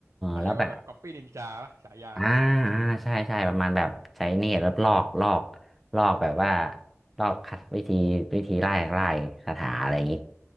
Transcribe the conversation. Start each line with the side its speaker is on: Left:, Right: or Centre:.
Right: เขาเรียกว่าแบบก๊อปปี้นินจาฉายาเขา
Centre: แล้วแบบอ่าอ่าใช่ใช่ประมาณแบบใช้เนตรแล้วลอกลอกลอกแบบว่าลอกคัดวิธีวิธีไล่ไล่คาถาอะไรอย่างนี้